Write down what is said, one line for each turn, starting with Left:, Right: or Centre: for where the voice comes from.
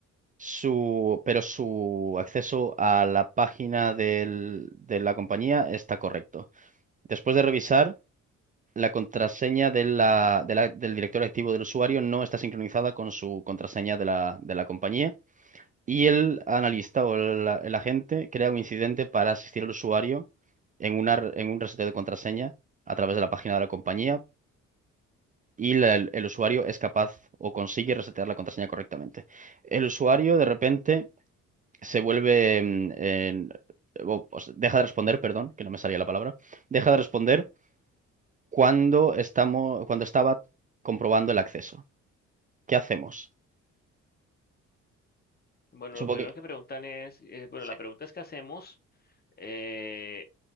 Right: Su, pero su acceso a la página del- de la compañía está correcto. Después de revisar, la contraseña de la- de la- del director activo del usuario no está sincronizada con su contraseña de la, de la compañía y el analista o el, el agente crea un incidente para asistir al usuario en, una, en un reseteo de contraseña a través de la página de la compañía y la- el, el usuario es capaz o consigue resetear la contraseña correctamente. El usuario de repente se vuelve, mm, en- o- o sea, deja de responder, perdón, que no me salía la palabra, deja de responder cuando estamos, cuando estaba comprobando el acceso. ¿Qué hacemos?
Left: Bueno,
Right: Supongo
Left: lo primero
Right: que
Left: que preguntan es, eh, bueno,
Right: sí,
Left: la pregunta es que hacemos eh,